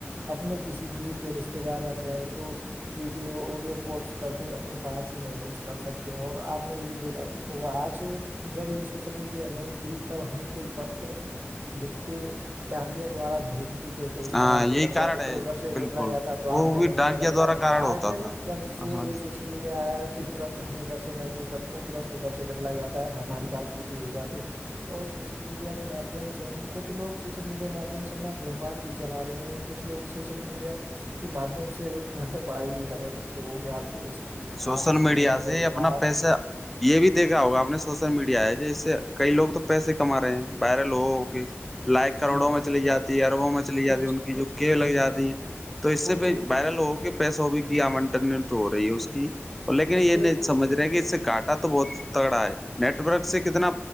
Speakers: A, on the right; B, in the centre.
A: اپنے کسی دور کے رشتے دار یا فرینڈ کو ویڈیو آڈیو کالس کر کے اپنے پاس ہی محسوس کر سکتے ہیں اور آپ نے یہ بھی دیکھا اور آج جب یہ سوشل میڈیا نہیں تھی تب ہم کوئی پت لکھ کے ڈانکیاں دوارا بھیج دی تھےے تو اس
B: ہاں
A: میں آٹھ
B: یہی
A: دن لگ جاتے
B: کارن ہے
A: پھر ادھر سے
B: بالکل
A: ریپل آاتا تو
B: وہ
A: آٹھ دن
B: بھی
A: اس
B: ڈاکیا
A: میں لگ
B: دوارا
A: جاتے
B: کارن
A: آج
B: ہوتا
A: دن
B: تھا
A: جب سے
B: ہاں
A: یہ
B: جی
A: سوشل میڈیا آیا تو ترنت ہم ادھر سے میسج کرتے ہیں تنت ادھر سے لپلا جاتا ہے ہماری بات چیت بھی ہو جاتی ہے اور سوشل میڈیا کے مادھیم سے ہم کچھ لوگ سوشل میڈیا کے ماددھیم سے اپنا ووپار بھی چلا رہے ہیں کچھ لوگ سوشل میڈیا کے ماددھیم سے گھر پر پڑھائی بھی کر رہے ہیں کچھ لوگوں کے آرتھک استھتی خراب
B: سوشل
A: ہوتی
B: میڈیا
A: ہے وہ
B: سے
A: کئی
B: اپنا
A: بار
B: پیسہ یہ بھی دیکھا ہوگا آپ نے سوشل میڈیا ہے ج اس سے کئی لوگ تو پیسے کما رہے ہیں وائرل ہوگ لائق کروڑوں
A: جی جناب
B: میں چلی جاتی ہے اربوں میں چلی جاتی
A: کچھ
B: ہے ان کی جو کیب لگ
A: جی جناب
B: جاتی ہیں تو اس
A: کچھ
B: سے بھی وائرل ہوگ پیسہ ہو بھی کہ انٹرنیٹ ہو رہی ہے اس کی اور لیکن
A: کچھ
B: یہ نہیں سج رہے کہ اس سے گاٹ تو بہت تگڑا ہے نیٹ ورک سے کتنا